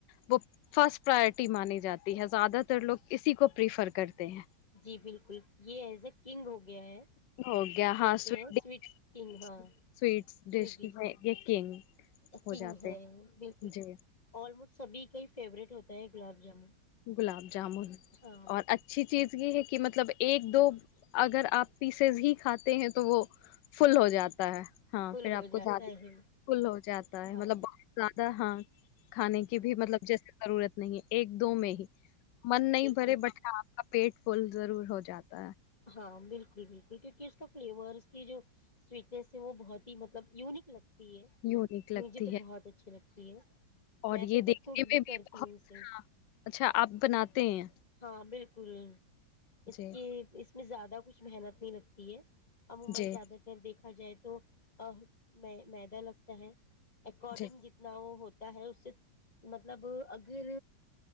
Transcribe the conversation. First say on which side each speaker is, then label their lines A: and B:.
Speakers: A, on the left; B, on the left.
A: وہ فرسٹ پراورٹی مانی جاتی ہے زیادہ تر لوگ اسی کو پریفر کرتے ہیں
B: جی بالکل یہ ایز اے کنگ ہوگی گ ہے
A: ہو گیا
B: کہتے
A: ہاں سویٹ
B: ہیں سویٹس کنگ
A: ڈش
B: ہاں
A: سویٹس
B: سویڈش
A: ڈش میں یہ کنگ ہو
B: کنگ
A: جاتے
B: ہے
A: ہیں
B: بالکل
A: جی
B: آلموسٹ سبھی کا ہی فیوریٹ ہوتا ہے گلاب جامن
A: گلاب جامن
B: ہاں
A: اور اچھی چیز یہ ہے کہ مطلب ایک دو اگر آپ پیسز ہی کھاتے ہیں تو وہ فل ہو جاتا ہے ہاں
B: فل
A: پھر
B: ہو
A: آپ کو
B: جاتا
A: زیادہ
B: ہے
A: فل ہو جاتا ہے
B: ہاں
A: مطلب بہت زیادہ ہاں کھانے کی
B: ہاں
A: بھی مطلب جیسے ضرورت نہیں ہے ایک میں ہی من نہیں
B: ایک
A: بھرے
B: دم
A: بٹا آپ کا پیٹ پل ضرور ہو جاتا ہے
B: ہاں بالکل بالکل کیونکہ اس کا فلیور اس کی جو سویٹنیس ہے وہ بہت ہی مطلب یونک لگ
A: یونیک لگتی
B: مجھے تو
A: ہے
B: بہت اچھے لگتا <unintelligible>
A: اور
B: میں تو
A: یہ
B: خود
A: دیکھنے
B: کوک بھی
A: میں
B: کرتی
A: بہت
B: ہوں اسے
A: ہاں اچھا آپ بناتے ہیں
B: ہاں بالکل اس
A: جی
B: کے اس زیادہ کچھ محنت نہیں لگتی ہے عموما
A: جی
B: زیادہ تر دیکھا جائے تو مدہ لگتا ہے اکارڈنگ
A: جی
B: جتنا وہ ہوتا ہے اس سے مطلب اگر